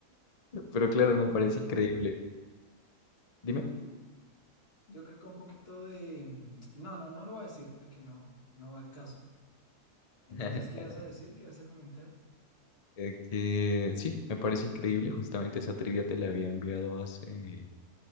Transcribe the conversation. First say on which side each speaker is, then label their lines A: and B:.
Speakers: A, on the left; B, on the left.
A: Pero claro,
B: yo creo
A: me
B: un
A: parece
B: poquito,
A: increíble. Dime.
B: uy, yo creo que un poquito de... mm, No, no, no lo voy a decir porque no, no va al caso. Entonces,
A: <laughs>
B: ¿qué vas a decir? ¿Qué vas a comentar?
A: Eh, que sí, me parece increíble. Justamente esa trivia te la había enviado hace,